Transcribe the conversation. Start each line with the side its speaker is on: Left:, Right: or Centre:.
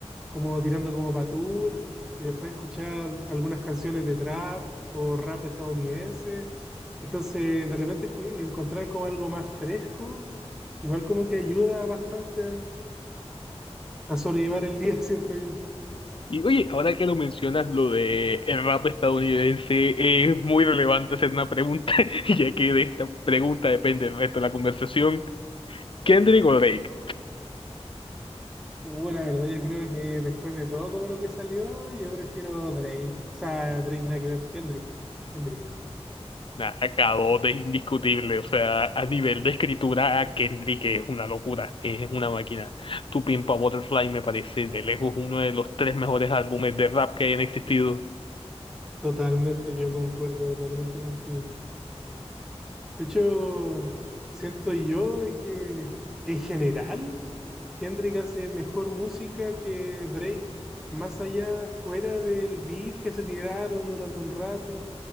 Centre: como tirando como patul, y después escuchar algunas canciones de trap o rap estadounidense. Entonces, de repente escu- encontrar como algo más fresco, igual como que ayuda bastante a a sobrellevar el día, <laughs> siento yo.
Left: Y oye, ahora que lo mencionas, lo de el rap estadounidense eh, es muy relevante hacer una pregunta, <laughs> ya que de esta pregunta depende el resto de la conversación. Kendrick o Drake.
Centre: Uh, la verdad, yo creo que después de todo como lo que salió, yo prefiero Drake. O sea, Drake nada que ver, Kendrick. Kendrick.
Left: Nada, K.O. es indiscutible, o sea, a nivel de escritura, Kendrick es una locura, es una máquina. Tu Pimp a Butterfly me parece de lejos uno de los tres mejores álbumes de rap que hayan existido.
Centre: Totalmente, yo concuerdo totalmente contigo. De hecho, siento yo de que en general Kendrick hace mejor música que Drake, más allá fuera del beef que se tiraron durante un rato